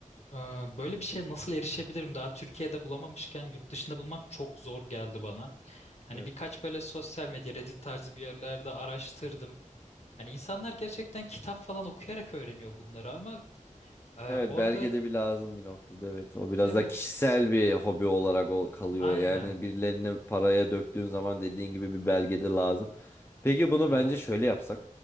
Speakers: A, on the left; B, on the left.
A: e, böyle bir şeye nasıl erişebilirim? Daha Türkiye'de bulamamışken yurt dışında bulmak çok zor geldi bana. Hani
B: Evet.
A: birkaç böyle sosyal medya, Reddit tarzı bir yerlerde araştırdım. Hani insanlar gerçekten kitap falan okuyarak öğreniyor bunları ama e,
B: Evet
A: orada
B: belgede bir lazım bir noktada evet. O biraz
A: evet
B: da kişisel bir hobi olarak ol kalıyor.
A: aynen.
B: Yani birilerini paraya döktüğün zaman dediğin gibi bir belgede lazım. Peki bunu
A: Aha.
B: bence şöyle yapsak.